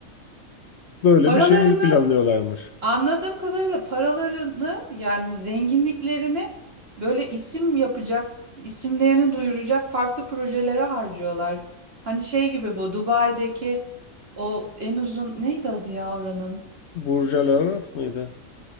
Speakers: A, on the left; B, on the right.
A: böyle
B: Paralarını
A: bir şehir planlıyorlarmış.
B: Anladığım kadarıyla paralarını yani zenginliklerini böyle isim yapacak, isimlerini duyuracak farklı projelere harcıyorlar. Hani şey gibi bu Dubai'deki o en uzun neydi adı ya oranın?
A: Burj Al Arab mıydı?